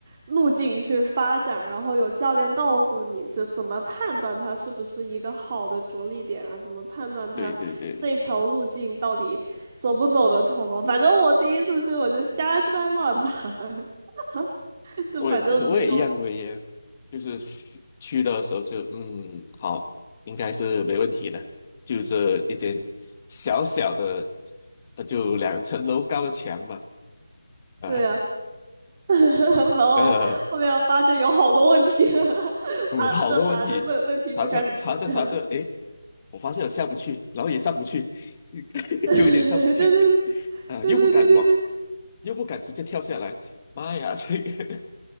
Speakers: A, on the right (about 30°); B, on the left (about 25°).
A: 路径去发展，然后有教练告诉你就怎么判断它是不是一个好的着力点啊，怎么判断它这一条路径到底走不走得通啊。
B: 对对对，
A: 反正我第一次去我就瞎鸡巴乱爬，<laughs> 就反正没有，
B: 我也我也一样，我也就是去去的时候就嗯，好，应该是没问题的，就这一点小小的，呃就两层楼高的墙嘛。<laughs> 啊，
A: 对啊。<laughs> 然后后面发现有好多问题，
B: 呃，
A: <laughs>
B: 嗯，
A: 爬着爬着问问题就开始出现了。
B: 好多问题，爬着爬着爬着，诶，我发现我下不去，然后也上不去，<laughs>
A: <laughs> 对对对对对对对对
B: 有一点上不去，啊，又不敢往，又不敢直接跳下来，妈呀，这个，